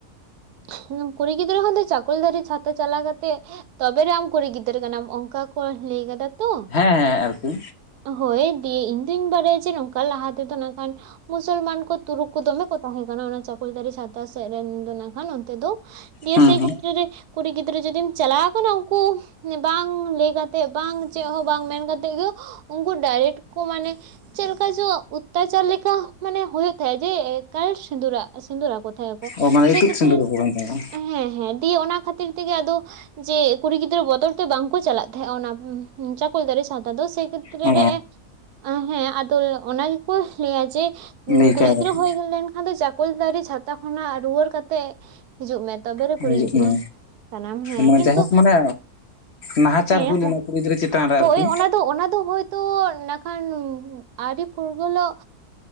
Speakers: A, on the right; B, on the left.
A: ᱼᱼ ᱠᱩᱲᱤ ᱜᱤᱫᱽᱨᱟᱹ ᱠᱷᱟᱱ ᱫᱚ ᱪᱟᱠᱚᱞᱛᱟᱹᱨᱤ ᱪᱷᱟᱛᱟ ᱪᱟᱞᱟ ᱠᱟᱛᱮᱜ ᱛᱚᱵᱮ ᱨᱮ ᱟᱢ ᱠᱩᱲᱤ ᱜᱤᱫᱽᱨᱟᱹ ᱠᱟᱱᱟᱢ ᱚᱝᱠᱟ ᱼᱼ ᱠᱚ ᱞᱟᱹᱭ ᱠᱟᱫᱟ ᱛᱚ
B: ᱦᱮᱸ ᱟᱨᱠᱤ
A: ᱦᱳᱭ ᱫᱤᱭᱮ ᱤᱧ ᱼᱼ ᱤᱧ ᱵᱟᱰᱟᱭᱟ ᱡᱮ ᱱᱚᱝᱠᱟ ᱞᱟᱦᱟ ᱛᱮᱫᱚ ᱠᱷᱟᱱ ᱼᱼ ᱢᱩᱥᱚᱞᱢᱟᱱ ᱠᱚ ᱛᱩᱨᱩᱠ ᱠᱚ ᱫᱚᱢᱮ ᱠᱚ ᱛᱟᱦᱮᱸ ᱠᱟᱱᱟ ᱚᱱᱟ ᱪᱟᱠᱩᱞᱛᱟᱹᱨᱤ ᱪᱷᱟᱛᱟ ᱥᱮᱜ ᱨᱮᱱᱠᱷᱟᱱ ᱚᱱᱛᱮ ᱫᱚ ᱼᱼ ᱫᱤᱭᱮ
B: ᱦᱩᱸ
A: ᱥᱮᱭ
B: ᱦᱩᱸ
A: ᱠᱷᱮᱛᱨᱮ ᱨᱮ ᱠᱩᱲᱤ ᱜᱤᱫᱽᱨᱟᱹ ᱡᱩᱫᱤᱢ ᱪᱟᱞᱟᱣ ᱠᱟᱱᱟ ᱩᱱᱠᱩ ᱼᱼ ᱵᱟᱝ ᱞᱟᱹᱭ ᱠᱟᱛᱮᱜ ᱵᱟᱝ ᱪᱮᱫ ᱦᱚᱸ ᱵᱟᱝ ᱢᱮᱱ ᱠᱟᱛᱮᱜ ᱜᱮ ᱩᱱᱠᱩ ᱰᱟᱭᱨᱮᱴ ᱠᱩ ᱢᱟᱱᱮ ᱼᱼ ᱪᱮᱜ ᱞᱮᱠᱟ ᱪᱚ ᱚᱛᱛᱟᱪᱟᱨ ᱞᱮᱠᱟ ᱢᱟᱱᱮ ᱦᱩᱭᱩᱜ ᱛᱟᱦᱮ ᱡᱮ ᱮᱠᱟᱞ ᱥᱤᱸᱫᱩᱨᱟᱜ ᱥᱤᱸᱫᱩᱨ ᱟᱠᱚ ᱾ ᱛᱟᱦᱮ ᱠᱚ
B: ᱚ ᱢᱟᱱᱮ
A: ᱥᱮ
B: ᱤᱛᱩᱫ
A: ᱠᱷᱮᱛᱨᱮ
B: ᱥᱤᱸᱫᱩᱨ ᱟᱠᱚ ᱠᱟᱱ ᱛᱟᱦᱮᱸᱱᱟ
A: ᱦᱮᱸ ᱦᱮᱸ ᱫᱤᱭᱮ ᱚᱱᱟ ᱠᱷᱟᱹᱛᱤᱨ ᱛᱮᱜᱮ ᱟᱫᱚ ᱼᱼ ᱡᱮ ᱠᱩᱲᱤ ᱜᱤᱫᱽᱨᱟᱹ ᱵᱚᱛᱚᱨ ᱛᱮ ᱵᱟᱝᱠᱚ ᱪᱟᱞᱟᱜ ᱛᱟᱦᱮᱸᱫᱼᱟ, ᱚᱱᱟ ᱪᱟᱠᱚᱞ ᱫᱟᱨᱮ ᱥᱟᱶᱛᱟ ᱫᱚ ᱥᱮ ᱾ ᱠᱷᱮᱛᱨᱮ
B: ᱚ
A: ᱨᱮ ᱾ ᱦᱮᱸ, ᱟᱫᱚ ᱚᱱᱟ ᱜᱮᱠᱚ ᱞᱟᱹᱭᱟ ᱡᱮ
B: ᱞᱟᱹᱭ
A: ᱠᱩᱲᱤ
B: ᱠᱟᱣ
A: ᱜᱤᱫᱽᱨᱟᱹ
B: ᱫᱟᱠᱚ
A: ᱦᱩᱭ ᱞᱮᱱᱠᱷᱟᱱ ᱫᱚ ᱪᱟᱠᱚᱞ ᱫᱟᱨᱮ ᱪᱷᱟᱛᱟ ᱠᱷᱚᱱᱟᱜ ᱨᱩᱣᱟᱹᱲ ᱠᱟᱛᱮᱜ ᱦᱤᱡᱩᱜ ᱢᱮ ᱾ ᱛᱚᱵᱮᱨᱮ
B: ᱦᱤᱡᱩᱜ
A: ᱠᱩᱲᱤ ᱜᱤᱫᱽᱨᱟᱹ
B: ᱢᱮ
A: ᱠᱟᱱᱟᱢ ᱦᱮᱸ,
B: ᱢᱟᱱᱮ
A: ᱠᱤᱱᱛᱩ
B: ᱡᱟᱭᱦᱳᱠ ᱢᱟᱱᱮ ᱱᱟᱦᱟᱪᱟᱨ
A: ᱦᱮᱸ,
B: ᱦᱩᱭ ᱞᱮᱱᱟ ᱠᱩᱲᱤ ᱜᱤᱫᱽᱨᱟᱹ ᱪᱮᱛᱟᱱ ᱨᱮ
A: ᱦᱳᱭ
B: ᱟᱨᱠᱤ
A: ᱚᱱᱟ ᱫᱚ ᱚᱱᱟ ᱫᱚ ᱦᱳᱭᱛᱳ ᱠᱷᱟᱱ ᱟᱹᱣᱤᱨᱤ ᱯᱷᱩᱨᱜᱟᱹᱞᱚᱜ